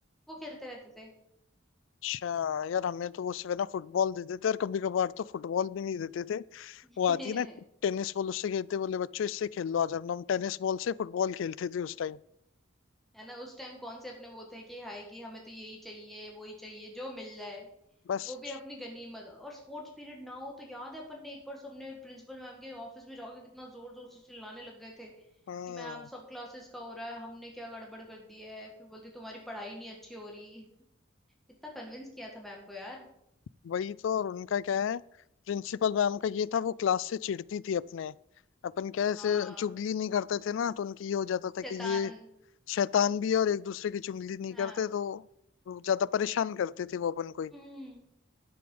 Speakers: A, in the centre; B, on the left.
A: वो खेलते रहते
B: अच्छा यार हमें तो वो सिर्फ है ना फुटबॉल देते थे और कभी कभार तो फुटबॉल भी नहीं देते थे
A: थे <laughs>
B: वो आती है ना टेनिस बॉल उससे खेलते बोले बच्चों इससे खेल लो आज हम हम टेनिस बॉल से फुटबॉल खेलते थे उस टाइम
A: है ना उस टाइम कौन से अपने वो थे कि हाय कि हमें तो यही चाहिए वो ही चाहिए जो मिल जाए
B: बस
A: वो भी अपनी गनीमत और स्पोर्ट्स पीरियड ना हो तो याद है अपन ने एक बार सबने प्रिंसिपल मैम के ऑफिस में जाके कितना जोर जोर से चिल्लाने लग गए थे कि
B: हम्म
A: मैम सब क्लासेस का हो रहा है हमने क्या गड़बड़ कर दी है फिर बोलती तुम्हारी पढ़ाई नहीं अच्छी हो रही कितना कन्विंस किया था मैम को यार
B: वही तो और उनका क्या है प्रिंसिपल मैम का ये था वो क्लास से चिढ़ती थी अपने अपन कैसे
A: हाँ
B: चुगली नहीं करते थे ना तो उनकी ये हो जाता था
A: शैतान
B: कि ये शैतान भी है और एक दूसरे की चुगली नहीं
A: हाँ
B: करते तो वो ज्यादा परेशान करते थे वो अपन को
A: हम्म